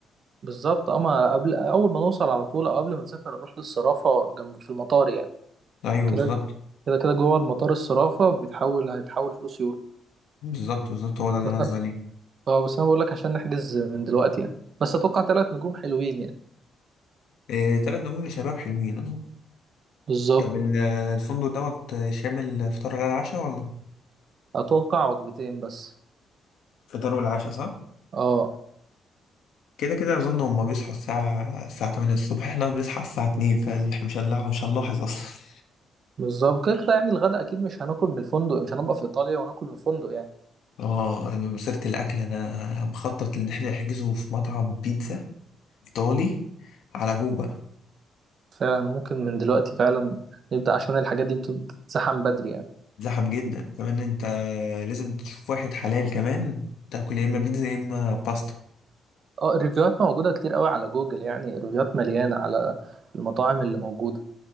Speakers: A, on the right; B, on the left.
A: بالظبط اما قبل اول ما نوصل على طول او قبل ما نسافر نروح للصرافة جنب في المطار يعني
B: أيوه
A: كده
B: بالظبط
A: كده كده جوه المطار الصرافة بيتحول هيتحول فلوس يورو
B: بالظبط بالظبط هو ده اللي
A: بس
B: أنا قصدي
A: أنا-
B: عليه
A: اه بس انا بقول لك عشان نحجز من دلوقتي يعني بس اتوقع تلات نجوم حلوين يعني
B: آه، تلات نجوم لشباب حلوين أظن
A: بالظبط
B: طب ال- آه، الفندق دوت آه، شامل فطار غدا عشاء ولا؟
A: اتوقع وجبتين بس
B: فطار والعشاء صح؟
A: اه
B: كده كده أظن هما بيصحوا الساعة الساعة 8 الصبح <laughs> احنا بنصحى الساعة 2 فاحنا مش هنلاحظ مش هنلاحظ أصلا
A: بالظبط كده كده يعني الغدا اكيد مش هناكل من الفندق مش هنبقى في ايطاليا وناكل من الفندق يعني
B: اه مسيرة الأكل أنا مخطط إن احنا نحجزه في مطعم بيتزا إيطالي على جوه بقى
A: فعلا ممكن من دلوقتي فعلا نبدا عشان الحاجات دي بت- بتتسحم بدري يعني
B: زحم جدا كمان أنت لازم تشوف واحد حلال كمان تاكل يا إما بيتزا يا إما باستا
A: اه الريفيوهات موجوده كتير قوي على جوجل يعني الريفيوهات مليانه على المطاعم اللي موجوده